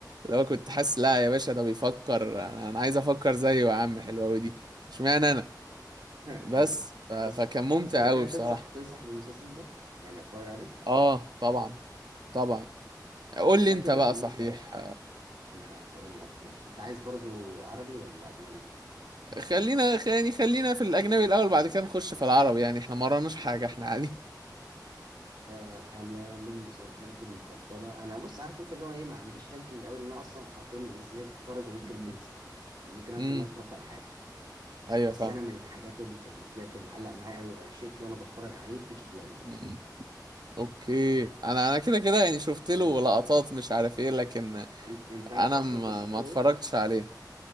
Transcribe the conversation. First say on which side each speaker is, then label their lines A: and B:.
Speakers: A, on the right; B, on the right.
A: لو كنت
B: مم.
A: حاسس لا يا باشا ده بيفكر انا أنا عايز افكر زيه يا عم حلوة أوي دي اشمعنى انا
B: <laughs>
A: بس ف... فكان
B: بس
A: ممتع
B: بس لو
A: قوي
B: كده
A: بصراحة
B: تنصح تنصح بالمسلسل ده يعني اتفرج عليه
A: اه طبعا طبعا قول لي
B: ده
A: انت
B: كده
A: بقى
B: بالنسبة
A: صحيح
B: انا هقول لك ماشي انت عايز برضو عربي ولا اجنبي
A: خلينا يعني خلينا في الاجنبي الاول بعد كده نخش في العربي يعني احنا ما وراناش حاجة
B: ماشي
A: احنا عادي
B: آه انا من مسلسلاتي المفضله انا بص عارف انت اللي هو ايه ما عنديش رانكينج قوي لان انا اصلا حرفيا من الناس اللي هي بتتفرج وممكن
A: مم.
B: تنسى
A: <laughs>
B: يعني ممكن انسى
A: امم
B: ان انا اتفرجت على حاجه
A: ايوه
B: بس
A: فاهم
B: انا من الحاجات ال- اللي بجد اللي علق معايا قوي وعشقت وانا بتفرج عليه بيكي بلايندرز
A: مم. اوكي انا انا كده كده يعني شفت
B: يعني
A: له
B: مش
A: لقطات
B: طبيعي
A: مش عارف ايه لكن
B: انت انت عارف
A: انا
B: اصلا
A: ما,
B: قصته
A: ما اتفرجتش
B: ايه
A: عليه